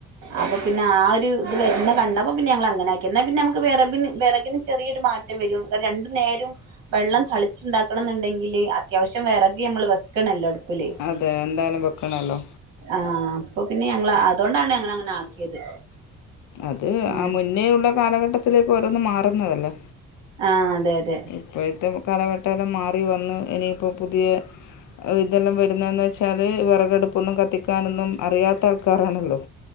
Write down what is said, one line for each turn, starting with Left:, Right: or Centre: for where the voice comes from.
Right: അപ്പൊ പിന്നെ ആ ഒരു ഇത് വരുന്ന കണ്ടപ്പോ പിന്നെ ഞങ്ങൾ അങ്ങനെയാക്കി ന്നാ പിന്നെ നമുക്ക് വിറകിന് വിറകിന് ചെറിയൊരു മാ റ്റ വരും രണ്ടു നേരം വെള്ളം തളിച്ചുണ്ടാക്കണം എന്നുണ്ടെങ്കില് അത്യാവശ്യം വിറകി നമ്മള് വെക്കണല്ലോ അടുപ്പില്
Left: അതെ എന്തായാലും വെക്കണമല്ലോ
Right: ആഹ് അപ്പൊ പിന്നെ ഞങ്ങൾ അതുകൊണ്ടാണ് ഞങ്ങൾ അങ്ങനെ ആക്കിയത്
Left: അത്
Right: ഉം
Left: ആ മുന്നേള്ള കാലഘട്ടത്തിലേക്ക് ഓരോന്ന് മാറുന്നതല്ലേ
Right: ആ അതെ അതെ
Left: ഇപ്പോഴത്തെ കാലഘട്ടല്ലാം മാറി വന്ന് ഇനിയിപ്പോൾ പുതിയ ഇതെല്ലാം വരുന്നന്ന് വെച്ചാല് വിറകടുപ്പൊന്നും കത്തിക്കാനൊന്നും അറിയാത്ത ആൾക്കാാരാണല്ലോ